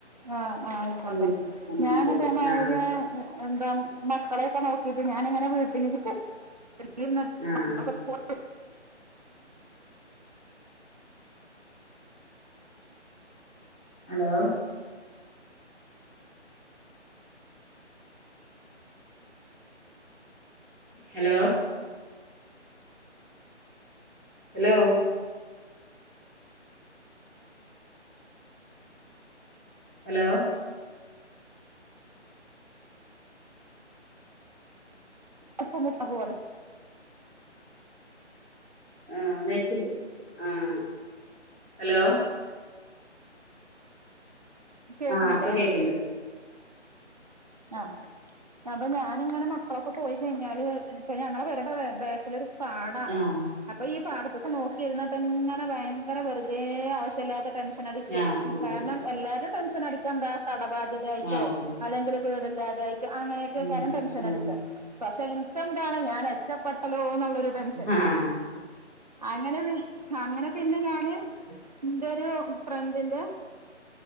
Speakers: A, on the right; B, on the left.
A: ആഹ് ആഹ് ആയിക്കോട്ടെ
B: യൂട്യൂബ് ചാനലുണ്ട്.
A: ഞൻ ഇതേമാതിരി
B: ആഹ്
A: എന്താ മക്കളെയൊക്കെ നോക്കിട്ട് ഞാനിങ്ങനെ വീട്ടിലിരിക്കും <unintelligible>
B: ആഹ് ഹലോ ഹലോ അലോ ഹലോ
A: അപ്പമുട്ട <unintelligible>
B: ആഹ് നെറ്റ് ആഹ് ഹലോ
A: കേക്കണില്ലേ
B: ആഹ് ഇപ്പൊ കേക്ക്ണ്ട്
A: ആഹ് അപ്പൊ ഞാനിങ്ങനെ മക്കളൊക്കെ പോയി കഴിഞ്ഞാല് ഇപ്പ ഞങ്ങളെ പെരടെ ബേക്കിലൊരു പാടാണ്
B: ആഹ്
A: അപ്പൊ ഈ പാടത്തൊക്കെ നോക്കിയിരുന്നിട്ട് ഇങ്ങനെ ഭയങ്കര വെറുതെ ആവശ്യ ടെൻഷൻടിക്കും
B: ആഹ് ആഹ്
A: കാരണം എല്ലാരും ടെൻഷൻടിക്കാ എന്താ കടബാധ്യതായിട്ടോ
B: ആഹ്
A: അല്ലെങ്കില് ഇല്ലാതായിട്ടോ അങ്ങനെയൊക്കെ
B: ഉം
A: കാര്യം ടെൻഷൻ
B: ഉം
A: അടിക്കാ പക്ഷെ ഇൻക്കന്താണ് ഞാൻ ഒറ്റപ്പെട്ടല്ലോ ടെൻഷൻ
B: ആഹ്
A: അങ്ങനെ അങ്ങനെ പിന്നെ ഞാന് എന്റെ ഒരു ഫ്രണ്ട